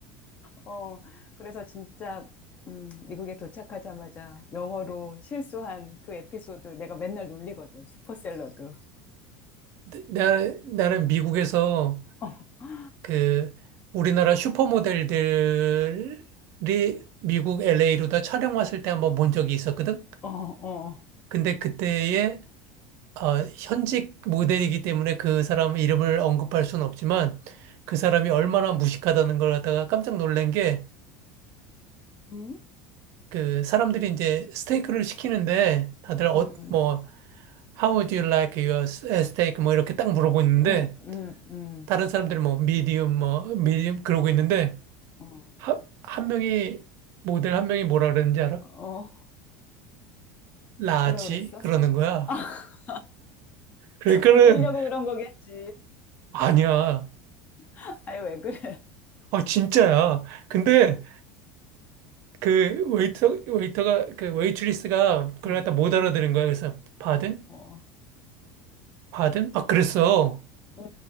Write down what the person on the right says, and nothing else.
나, 나는 미국에서
그 우리나라 슈퍼모델들이 미국 LA로 다 촬영 왔을 때 한번 본 적이 있었거든.
근데 그때의 어, 현직 모델이기 때문에 그 사람 이름을 언급할 수는 없지만 그 사람이 얼마나 무식하다는 걸 갖다가 깜짝 놀란 게
그 사람들이 이제 스테이크를 시키는데 다들 어,
뭐 How would you like your steak? 뭐 이렇게 딱 물어보는데
다른 사람들이 뭐 medium 뭐 medium 그러고 있는데
하- 한 명이 모델 한 명이 뭐라 그러는지 알아?
라지
그러는 거야.
그러니까는
아니야.
아 진짜야. 근데 그 웨이터 웨이터가 그 웨이트리스가 그걸
갖다 못 알아들은
거야. 그래서 pardon?
pardon? 막 그랬어.